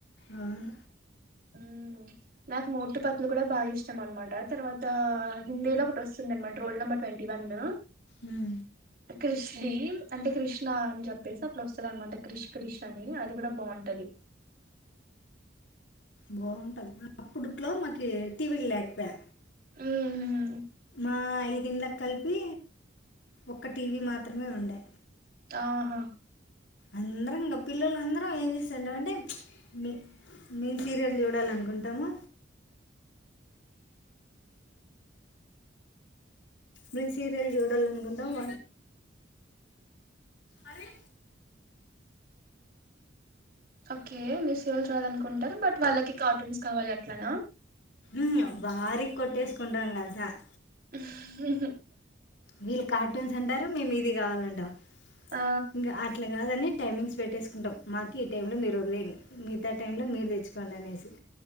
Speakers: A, on the left (about 70°); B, on the right (about 50°).
A: అవును
B: ఉమ్ నాకు మోటు పతులు కూడా బాగా ఇష్టం అనమాట. తర్వాత హిందీలో ఒకటి వస్తుంది అనమాట రోల్ నెంబర్ ట్వీ ది వందు
A: ఉహ
B: కృష్ది అంటే కృష్ణ అని చెప్పేసి అప్పుడు వస్తుంది అనమాట క్రిష్ కృష్ అని అది కూడా బావుంటది.
A: బావుంటది అప్పుడుట్లో మాకు టీవీలు లేకపోయె
B: ఉహు
A: ఆ ఐదు ఇండ్లకి కలిపి ఒక టీవీ మాత్రమే ఉండే
B: ఆవును
A: అందరం ఇంకా పిల్లలు అందరం ఏం చేస్తంట అంటే మీ మేము సీరియల్ చూడాలనుకుంటాము మేం సీరియల్ జూడలన్కుంటామ్ అరే
B: ఓకే మీరు సీరియల్ చూడాలనుకుంటారు బట్ వాళ్ళకి కార్టూన్స్ కావాలి అట్లనా
A: మ్ భారీ కొట్టేసుకుంటంగ సార్
B: హ్హ్హ్
A: వీళ్ళు కార్టూన్స్ అంటారు మేము ఇది కావాలంటామ్
B: ఆ
A: ఇంకా అట్లా కాదని టైమింగ్స్ పెట్టేసుకో ఉంటాం మాకు ఈ టైంలో మీరు వదిలేయండి. మిగతా టైంలో మీరు తెచ్చుకోండి అనేసి